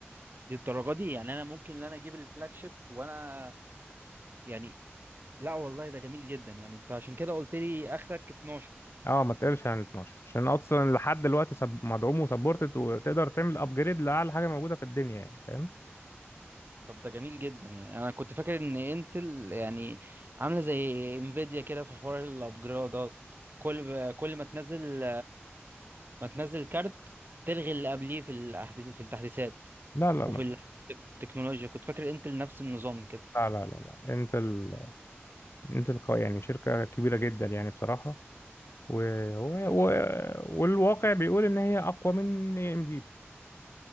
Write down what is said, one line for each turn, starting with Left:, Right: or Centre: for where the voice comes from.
Right: للدرجة دي يعني انا ممكن ان انا اجيب الفلاج شيب وانا يعني لا والله ده جميل جدا يعني انت عشان كده قلت لي اخرك 12
Left: اه ما تقلش عن ال 12 عشان اصلا لحد دلوقتي سب... مدعوم وسبورتد وتقدر تعمل ابجريد لاعلى حاجه موجوده في الدنيا يعني فاهم
Right: طب ده جميل جدا يعني انا كنت فاكر ان انتل يعني عامله زي انفيديا كده في حوار الابجرادات كل كل ما تنزل ما تنزل كارت تلغي اللي قبليه في الاحداث في التحديثات
Left: لا لا
Right: وفي
Left: ما
Right: التكنولوجيا كنت فاكر انتل نفس النظام كده
Left: لا لا لا, لا. انت ال... انت القا... يعني شركه كبيره جدا يعني بصراحه و... و... و... والواقع بيقول ان هي اقوى من اي ام دي